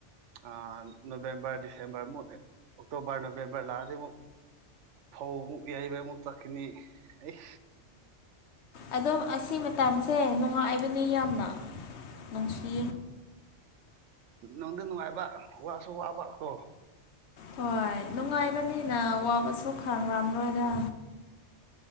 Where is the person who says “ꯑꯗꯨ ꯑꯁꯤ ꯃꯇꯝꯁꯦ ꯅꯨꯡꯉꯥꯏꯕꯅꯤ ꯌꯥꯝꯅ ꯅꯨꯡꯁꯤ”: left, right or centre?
Left